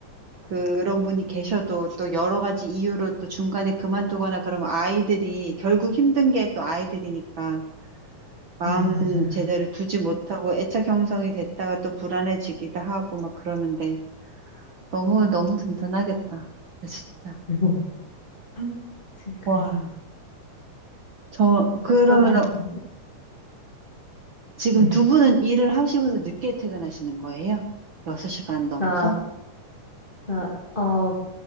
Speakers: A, on the right (about 55°); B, on the left (about 15°).
A: 그런 분이 계셔도 또 여러 가지 이유로 또 중간에 그만두거나 그러면 아이들이, 결국 힘든 게 또 아이들이니까 마음
B: 예, 맞아요.
A: 제대로 두지 못하고 애착 형성이 됐다가 또 불안해지기도 하고 막 그러는데 너무, 너무 든든하겠다. 진짜.
B: 그리고 아무튼 그래서.
A: 와. 저, 그러면
B: 축하가 한-
A: 지금
B: 네.
A: 두 분은 일을 하시고서 늦게 퇴근하시는 거예요? 6시 반 넘어서?
B: 그러니까 그러니까, 어,